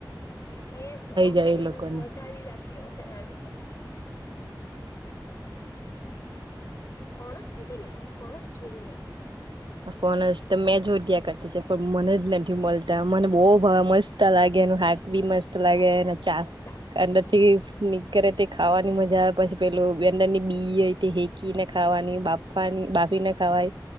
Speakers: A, on the left; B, on the right.
A: હે બહ,
B: જાય
A: ખાઈ
B: એ
A: એટલે
B: લોકોને
A: મજા આવી જતી. હો આજ ફોણસ છે, કે નિહારી ફણસ જોઈએ.
B: ફોનસ તો મેં જોગ્યા કરતી છે, પણ મને જ નથી મળતા મને બહ વાહ મસ્ત લાગે, એનું હાટ બી મસ્ત લાગે
A: આય હાય
B: ને ચાંદ
A: શાક
B: અંદરથી નીકરે તે ખાવાની મજા આવે પછી, પેલું વન્ંદર ની બીય હેકીને, ખાવાની બાફાની ભાફીને ખાવા હોય,